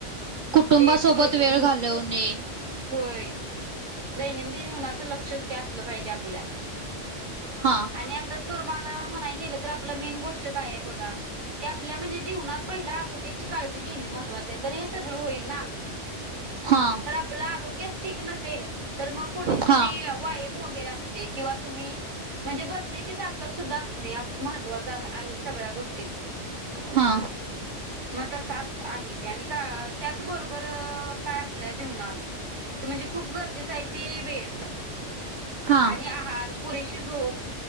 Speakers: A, on the right (about 60°); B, on the right (about 75°).
A: कुटुंबासोबत
B: ते पुरेपूर
A: वेळ
B: हम्म
A: घालवणे.
B: होय. दैनंदिन जीवनाचं लक्षच ते असलं पाहिजे आपल्या.
A: हा
B: आणि आता तुर माला म्हणाय गेलं तर आपलं मेन गोष्ट काय आहे बघा? की आपल्या म्हणजे जीवनात पहिला आरोग्याची काळजी घेणे महत्वाचं हाय. तर हे सगळं होईल ना?
A: हा.
B: आपल आरोग्यच ठीक नसेल. तर मग पुढं तुम्ही
A: हा
B: वाय वगेर आसूदेत किंवा तुम्ही म्हणजे बसण्याची ताकद सुद्धा असणे. महत्त्वाचे आहेच. सगळ्या गोष्टीत.
A: हा.
B: मग तस असत आहे ते. आणि का त्याच बरोबर काय आपल्या जीवनात कि म्हणजे खूप गरजेचंय ते वेळ.
A: हा
B: आणि आहार, पुरेशी झोप,